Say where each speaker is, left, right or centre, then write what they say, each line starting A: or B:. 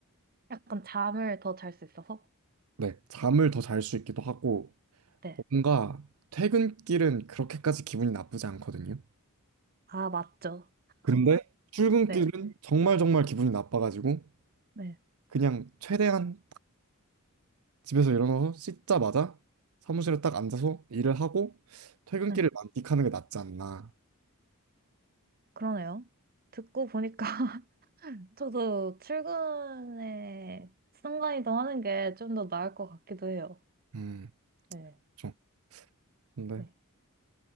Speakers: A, on the right; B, on the right.
A: 약간 잠을 더 잘 수 있어서?
B: 네, 잠을 더 잘 수 있기도 하고
A: 네.
B: 뭔가 퇴근길은 그렇게까지 기분이 나쁘지 않거든요.
A: 아, 맞죠.
B: 그런데 출근길은
A: 네,
B: 정말 정말 기분이 나빠가지고
A: 네,
B: 그냥 최대한 집에서 일어나서 씻자마자 사무실에 딱 앉아서 일을 하고 퇴근길을
A: 네.
B: 만끽하는 게 낫지 않나.
A: 그러네요. 듣고 보니까 <laughs> 저도 출근에 순간이동 하는 게 좀 더 나을 것 같기도 해요.
B: 음,
A: 네.
B: 그렇죠. 근데
A: 네.